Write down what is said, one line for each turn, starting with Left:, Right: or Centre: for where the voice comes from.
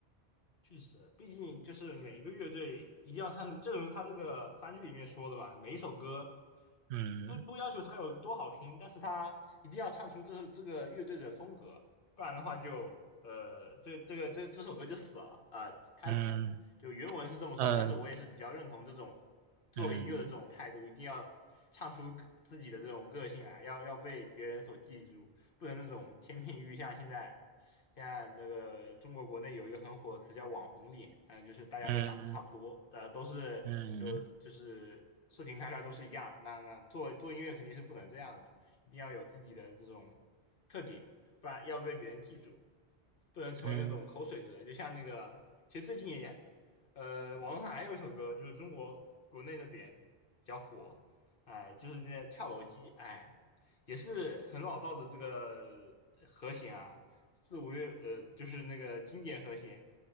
Left: 确实，毕竟就是每个乐队一定要唱出，正如他这个番剧里面说的嘛，每一首歌
Right: 嗯
Left: 就不不要求它有多好听，但是它一定要唱出这是这个乐队的风格，不然的话就呃，这这个这这首歌就死了啊。他
Right: 嗯
Left: 就原文是这么说，
Right: 嗯
Left: 但是我也是比较认同这种做音乐的这种态度，
Right: 嗯
Left: 一定要唱出个自己的这种个性来，要要被别人所记住。不能那种千篇一律。像现在，现在那个中国国内有一个很火的词叫“网红脸”，嗯、呃就是大家都长得差不多，
Right: 嗯
Left: 呃，都是就就是视频拍出来都是一样。
Right: 嗯
Left: 那那做做音乐肯定是不能这样的，一定要有自己的这种特点，不然要被别人记住。不能成为那种口水歌，
Right: 嗯
Left: 就像那个，其实最近也，呃，网络上还有一首歌，就是中国国内那边比较火，哎，就是那个跳楼机，哎，也是很老道的这个和弦啊，四五六，呃，就是那个经典和弦，